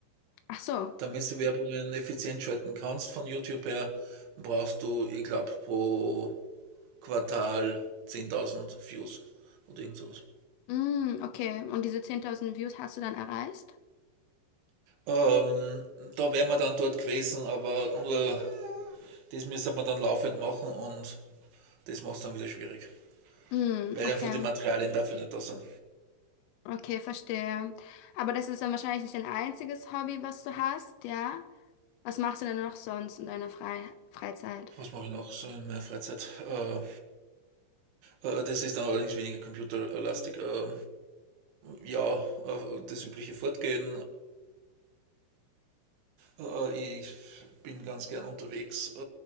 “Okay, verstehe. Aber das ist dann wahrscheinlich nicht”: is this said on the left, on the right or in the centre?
Left